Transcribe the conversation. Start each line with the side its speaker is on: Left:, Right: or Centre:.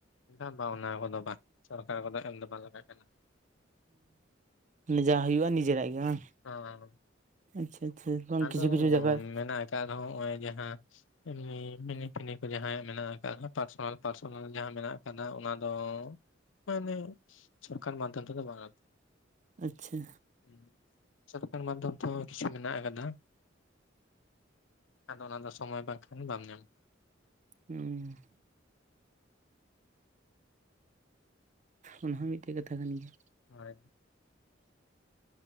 Left: ᱵᱟᱝ ᱵᱟᱝ ᱚᱱᱟ ᱠᱚᱫᱚ ᱵᱟᱝ ᱥᱚᱨᱠᱟᱨ ᱠᱚᱫᱚ ᱮᱢ ᱫᱚ ᱵᱟᱝ ᱮᱢᱟᱭ ᱠᱟᱱᱟ
Right: ᱡᱟ ᱦᱩᱭᱩᱜᱼᱟ ᱱᱤᱡᱮᱨᱟᱜ ᱜᱮ ᱵᱟᱝ
Left: <unintelligible>
Right: ᱟᱪᱪᱷᱟ ᱟᱪᱪᱷᱟ <unintelligible>
Left: ᱟᱫᱚ
Right: ᱡᱟᱭᱜᱟ
Left: ᱢᱮᱱᱟᱜ ᱟᱠᱟᱜ ᱨᱮᱦᱚᱸ ᱱᱚᱜᱼᱚᱭ ᱡᱟᱦᱟᱸ, ᱮᱢᱱᱤ ᱢᱤᱱᱤ ᱯᱷᱤᱱᱤ ᱠᱚ ᱡᱟᱦᱟᱸ ᱢᱮᱱᱟᱜ ᱟᱠᱟᱫᱟ ᱯᱟᱨᱥᱳᱱᱟᱞ ᱯᱟᱨᱥᱚᱱᱟᱞ ᱡᱟᱦᱟᱸᱟ ᱢᱮᱱᱟᱜ ᱟᱠᱟᱫᱟ ᱚᱱᱟ ᱫᱚ, <unintelligible> ᱢᱟᱱᱮ ᱥᱚᱨᱠᱟᱨ ᱢᱟᱫᱽᱫᱷᱚᱢ ᱛᱮ ᱫᱚ ᱵᱟᱝᱼᱟ᱾
Right: ᱟᱪᱪᱷᱟ
Left: ᱦᱩᱸ ᱥᱚᱨᱠᱟᱨ ᱢᱟᱫᱽᱫᱷᱚᱢ ᱛᱮᱦᱚᱸ ᱠᱤᱪᱷᱩ ᱢᱮᱱᱟᱜ ᱟᱠᱟᱫᱟ, <unintelligible> ᱟᱫᱚ ᱚᱱᱟ ᱫᱚ ᱥᱚᱢᱚᱭ ᱵᱟᱝᱠᱷᱟᱱ ᱵᱟᱢ ᱧᱟᱢᱟ᱾
Right: ᱩᱸ ᱚᱱᱟ ᱦᱚᱸ ᱢᱤᱫᱴᱮᱜ ᱠᱟᱛᱷᱟ ᱠᱟᱱ ᱜᱮᱭᱟ᱾
Left: ᱦᱳᱭ